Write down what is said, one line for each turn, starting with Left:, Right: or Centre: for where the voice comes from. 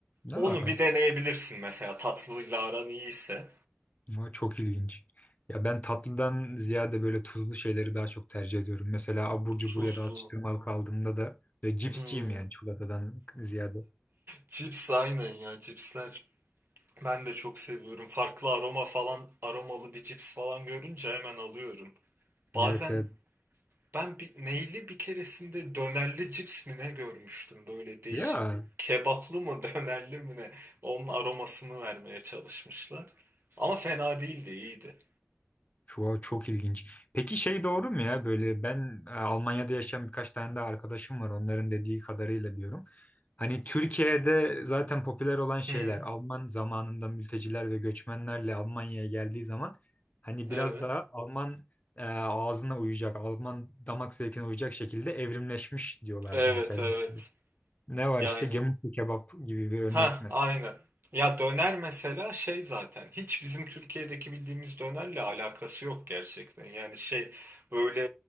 Left: Aa,
Right: Onu bir deneyebilirsin mesela tatlıyla aran iyiyse.
Left: bu çok ilginç. Ya ben tatlıdan ziyade böyle tuzlu şeyleri daha çok tercih ediyorum. Mesela abur cubur
Right: Tuzlu.
Left: ya da atıştırmalık aldığımda da ve cipsçiyim
Right: Hmm.
Left: yani çikolatadan ziyade.
Right: Cips aynen ya cipsler. Ben de çok seviyorum. Farklı aroma falan aromalı bir cips falan görünce hemen alıyorum. Bazen
Left: Evet evet.
Right: ben bir, neyli bir keresinde dönerli cips mi ne görmüştüm böyle değişik.
Left: Ya.
Right: Kebaplı mı <laughs> dönerli mi ne? Onun aromasını vermeye çalışmışlar. Ama fena değildi iyiydi.
Left: Çok, çok ilginç. Peki şey doğru mu ya böyle ben e, Almanya'da yaşayan birkaç tane de arkadaşım var onların dediği kadarıyla diyorum. Hani Türkiye'de zaten popüler olan şeyler
Right: Hı,
Left: Alman zamanında mülteciler ve göçmenlerle Almanya'ya geldiği zaman hani
Right: evet.
Left: biraz daha Alman e, ağzına uyacak, Alman damak zevkine uyacak şekilde evrimleşmiş diyorlardı
Right: Evet
Left: mesela.
Right: evet.
Left: İşte Ne var
Right: Yani
Left: işte gemutlu kebap gibi bir örnek
Right: Ha,
Left: mesela.
Right: aynı. Ya döner mesela şey zaten hiç bizim Türkiye'deki bildiğimiz dönerle alakası yok gerçekten. Yani şey böyle